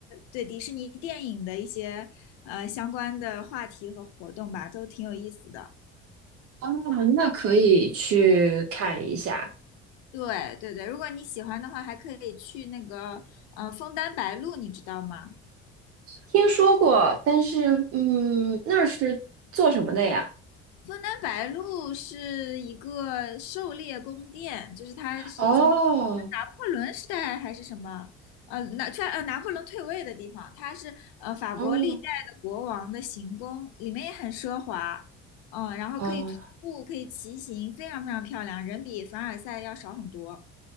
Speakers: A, on the left; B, on the right.
A: 对迪士尼电影的一些呃相关的话题和活动吧，都挺有意思的。
B: 哦，那可以去看一下。
A: 对对对，如果你喜欢的话，还可以去那个呃枫丹白露，你知道吗？
B: 听说过，但是嗯，那是做什么的呀？
A: 枫丹白露是一个狩猎宫殿，就是它是以前
B: 哦
A: 拿破仑时代还是什么，呃，拿突然呃拿破仑退位的地方，它是呃法国历代的国王的行宫，
B: 哦，
A: 里面也很奢华，嗯，然后可以徒步，
B: 哦，
A: 可以骑行，非常非常漂亮，人比凡尔赛要少很多。